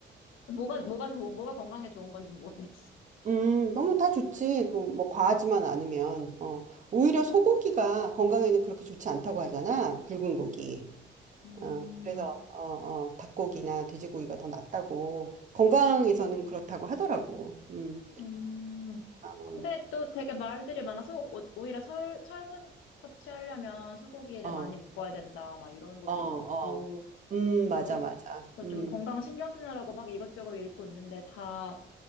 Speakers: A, on the left; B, on the right.
A: 뭐가 뭐가 좋은 뭐가 건강에 좋은 건지 모르겠어.
B: 음. 너무 다 좋지. 뭐, 뭐 과하지만 않으면. 어, 오히려 소고기가 건강에는 그렇게 좋지 않다고 하잖아. 붉은 고기.
A: 음.
B: 어, 그래서 어, 어, 닭고기나 돼지고기가 더 낫다고 건강에서는 그렇다고 하더라고. 음.
A: 음,
B: 어,
A: 근데 또 되게 말들이 많아서 오- 오히려 설, 철분 섭취하려면 소고기를
B: 어,
A: 많이 먹어야 된다, 막 이런 것도
B: 어. 어.
A: 많고,
B: 음, 맞아,
A: 또,
B: 맞아.
A: 또
B: 음.
A: 좀 건강 신경 쓰느라고 막 이것저것 읽고 있는데 다,